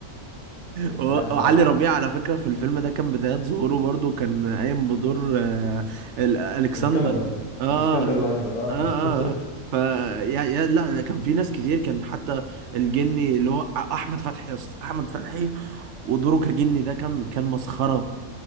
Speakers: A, on the right (about 60°); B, on the left (about 80°).
A: و-
B: لا بصراحه
A: وعلي ربيع على فكرة في الفيلم ده كان بدايات ظهوره برضو كان قايم بدور آه، ال- ألكسندر
B: الاسكندر
A: اه
B: الاسكندر
A: ال-
B: الاكبر اه
A: اه اه
B: <laughs>
A: آه. ف يا يا لا كان في ناس كتير كان حتى الجني اللي هو أ- احمد فتحي يا اسطى احمد فتحي ودوره كجني ده كان كان مسخرة